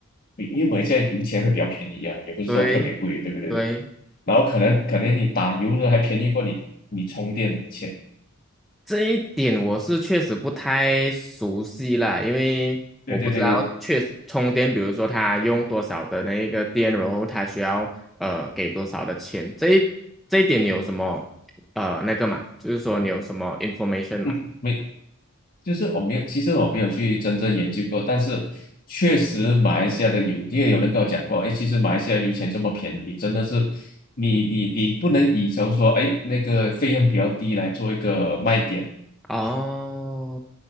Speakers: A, on the left; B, in the centre.
A: 你因为现在油钱会比较便宜啊，也不是说特别贵，
B: 对
A: 对不对？
B: 对。
A: 然后可能可能你打油的还便宜过你你充电的钱，
B: 这一点我是确实不太熟悉啦，因为我不嗯知道确实充电，
A: 对对对对，
B: 比如说它用多少的那一个电，然后它需要呃给多少的钱，这一这一点你有什么呃那个嘛？就是说你有什么 information
A: 嗯，
B: 嘛？
A: 没就是我没有，其实我没有去真正研究过，但是确实马来西亚的有，因为有人跟我讲过，哎，其实马来西亚油钱这么便宜，真的是你你你不能以求说，哎，那个费用比较低来做一个卖点。
B: 哦，